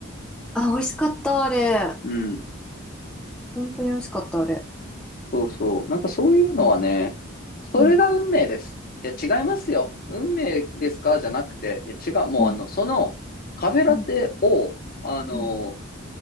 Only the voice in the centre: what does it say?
あ、美味しかった、あれ。
本当に美味しかった、あれ。
うん。
うん。
うん。
うん。
うん